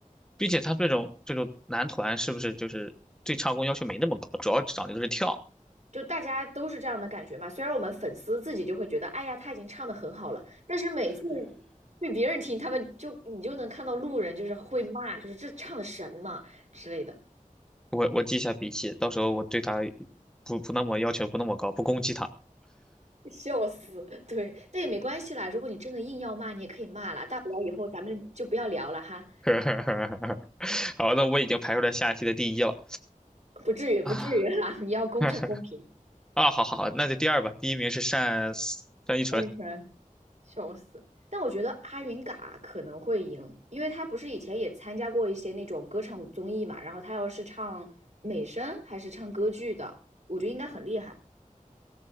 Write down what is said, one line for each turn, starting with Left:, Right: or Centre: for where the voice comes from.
Centre: 并且他这种这种男团是不是就是对唱功要求没那么高，主要讲的就是跳。
Right: 就大家都是这样的感觉嘛。虽然我们粉丝自己就会觉得，哎呀，他已经唱的很好了，但是每次被别人听，他们就你就能看到路人就是会骂，就是这唱的神嘛之类的，
Centre: 我我记一下笔记，到时候我对他不不那么要求不那么高，不攻击他。
Right: 笑死。对，但也没关系啦，如果你真的硬要骂，你也可以骂啦，大不了以后咱们就不要聊了哈，
Centre: <laughs> 好，那我已经排出来下一期的第一了
Right: 不至于，不至于哈，
Centre: 啊
Right: 你要公正公平。
Centre: <laughs> 啊！好好好，那就第二吧。第一名是单单依纯。
Right: 非常笑死！但我觉得阿云嘎可能会赢，因为他不是以前也参加过一些那种歌唱综艺嘛，然后他要是唱美声还是唱歌剧的，我觉得应该很厉害